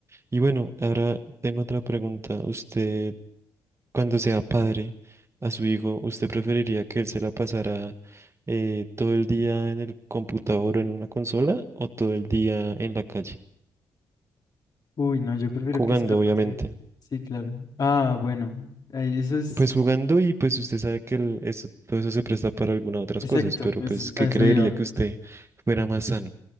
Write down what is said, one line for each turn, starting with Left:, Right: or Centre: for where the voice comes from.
Right: Y bueno, ahora tengo otra pregunta. Usted, cuando sea padre a su hijo, ¿usted preferiría que él se la pasara eh, todo el día en el computador o en una consola o todo el día en la calle?
Left: Uy, no, yo prefiero
Right: Jugando,
Left: que se la pase.
Right: obviamente.
Left: Sí, claro. Ah, bueno, ahí, eso es
Right: Pues jugando y pues usted sabe que el- eso- todo eso se presta para algunas otras
Left: exacto,
Right: cosas, pero
Left: eso
Right: pues,
Left: es-
Right: ¿qué
Left: a eso
Right: creería
Left: iba.
Right: que usted fuera más sano?